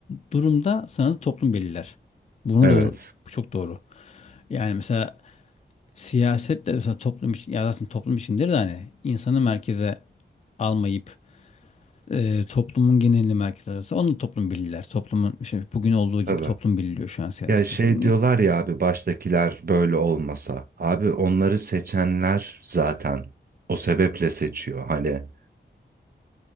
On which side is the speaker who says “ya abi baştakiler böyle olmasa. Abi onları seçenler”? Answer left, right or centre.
Right